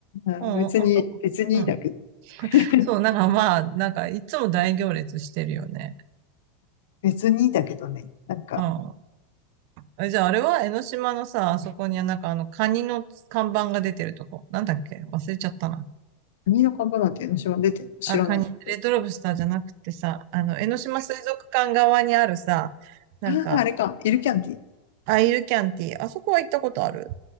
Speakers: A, on the left; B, on the right.
A: うん別に、
B: うん、あそこ。
A: 別にいいだけど。
B: うん。
A: <laughs>
B: そう、なんかまあ、なんかいつも大行列してるよね。
A: 別にいいだけどね。なんか、
B: うん。え、じゃああれは江ノ島のさ、あそこにはなんかあのカニの看板が出てるとこ。なんだっけ忘れちゃったな。
A: 何の株なんて江ノ島出てんの知らない。
B: あ、カニ、レッドロブスターじゃなくてさ、あの、江ノ島水族館側にあるさ、なんか、
A: ああ、あれか、イルキャンティ。
B: アイルキャンティー。あそこは行ったことある。